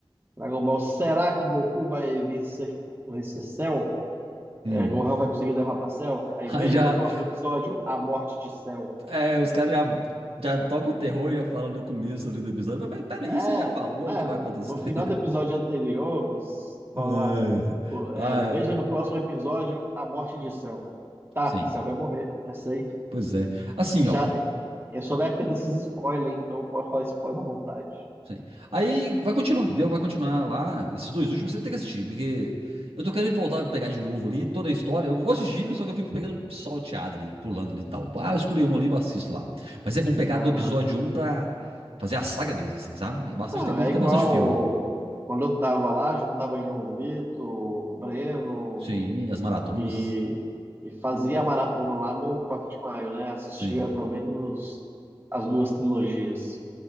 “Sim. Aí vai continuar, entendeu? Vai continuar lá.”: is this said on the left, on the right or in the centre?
Right